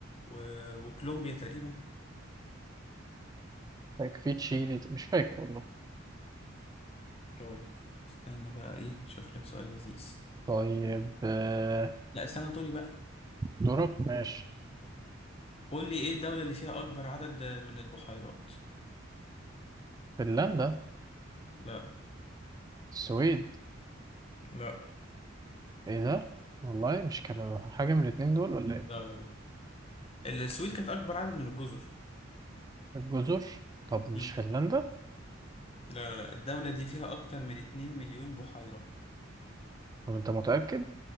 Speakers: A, on the left; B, on the right.
A: و... وكولومبيا تقريبا
B: فاكر في تشيلي مش فاكر والله
A: طيب استنى بقى ايه شوف لك سؤال لذيذ
B: طيب آه،
A: لا استنى دوري بقى
B: دورك ماشي
A: قول لي ايه الدولة اللي فيها اكبر عدد من البحيرات
B: فنلندا
A: لا
B: السويد
A: لا
B: ايه ده والله مش كانوا حاجة من الاتنين دول ولا ايه
A: لا لا لا السويد كانت اكبر عدد من الجزر
B: الجزر طب مش
A: مم.
B: فنلندا
A: لا لا لا الدولة دي فيها اكتر من 2 مليون بحيرة
B: طب انت متأكد